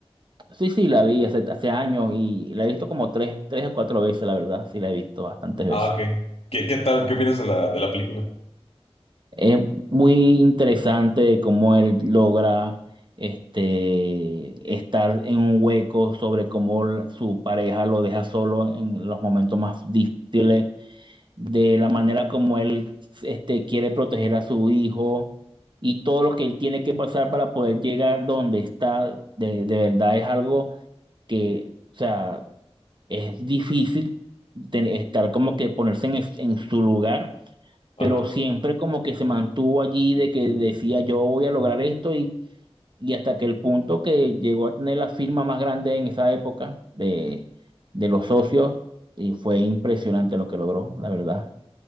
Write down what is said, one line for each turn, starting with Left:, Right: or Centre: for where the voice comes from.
Right: Sí, sí, la vi hace, hace años y la he visto como tres, tres o cuatro veces, la verdad. Sí, la he visto bastantes
Left: Ah,
Right: veces.
Left: ok. ¿Qué, qué tal? ¿Qué opinas de la, de la película?
Right: Es muy interesante cómo él logra este, estar en un hueco sobre cómo la- su pareja lo deja solo en los momentos más difíciles de la manera como él este, quiere proteger a su hijo y todo lo que él tiene que pasar para poder llegar donde está, de, de verdad es algo que, o sea, es difícil ten- estar como que ponerse en, es- en su lugar,
Left: Ajá.
Right: pero siempre como que se mantuvo allí de que decía yo voy a lograr esto y, y hasta que el punto que llegó a tener la firma más grande en esa época de, de los socios y fue impresionante lo que logró, la verdad.